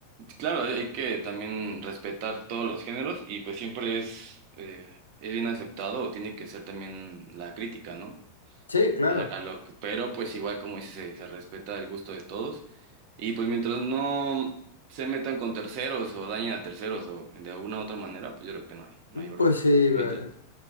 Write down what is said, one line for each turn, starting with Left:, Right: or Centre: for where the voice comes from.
Right: Claro, hay que también respetar todos los géneros y pues siempre es, eh, es bien aceptado o tiene que ser también la crítica, ¿no?
Left: Sí, claro.
Right: A- a lo que- pero pues igual como dices, se, se respeta el gusto de todos y pues mientras no se metan con terceros o dañen a terceros o de alguna u otra manera, pues yo creo que no hay, no hay bronca.
Left: Pues sí,
Right: Mientras,
Left: güey.